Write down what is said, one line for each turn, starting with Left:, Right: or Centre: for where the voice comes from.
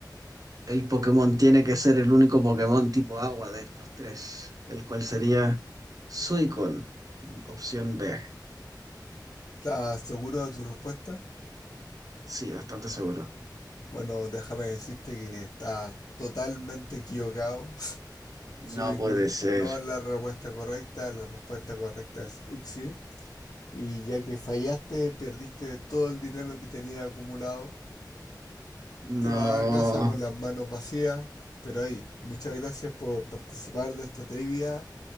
Right: el Pokémon tiene que ser el único Pokémon tipo agua de estos tres, el cual sería Suicon, opción B.
Left: ¿Estás seguro de tu respuesta?
Right: Sí, bastante seguro.
Left: Bueno, déjame decirte que estás totalmente equivocado. <laughs>
Right: No
Left: Suicune
Right: puede ser.
Left: no es la respuesta correcta, la respuesta correcta es Uxie. Y ya que fallaste, perdiste todo el dinero que tenías acumulado. Te
Right: No.
Left: vas a casa con las manos vacías. Pero ahí, muchas gracias por participar de esta trivia.